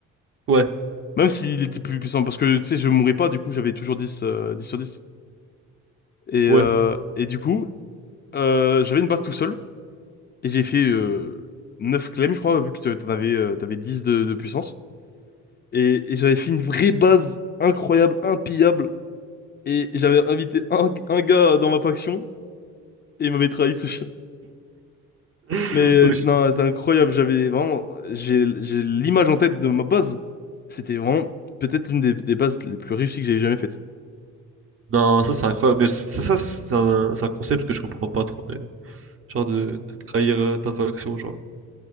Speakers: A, on the right (about 45°); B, on the left (about 35°).
A: ouais,
B: Même s'il était plus puissant, parce que, tu sais, je mourais pas, du coup, j'avais toujours 10 euh, 10 sur dix Et,
A: ouais.
B: euh, et du coup, euh, j'avais une base tout seul, et j'ai fait euh, 9 claims, je crois, vu que t'en avais, euh, t'avais 10 de, de puissance. Et, et j'avais fait une vraie base incroyable, impillable, et j'avais invité un, un gars dans ma faction, Il m'avait trahi ce chien.
A: <laughs>
B: Mais euh,
A: Ouais, je-
B: non, c'est incroyable. J'avais vraiment, j'ai, j'ai l'image en tête de ma base. C'était vraiment peut-être une des, des bases les plus réussies que j'ai jamais faites.
A: Non, ça c'est incroyable, mais ça, ça c'est un, c'est un concept que je comprends pas trop d'ailleurs. Genre de, de trahir euh, ta faction, genre.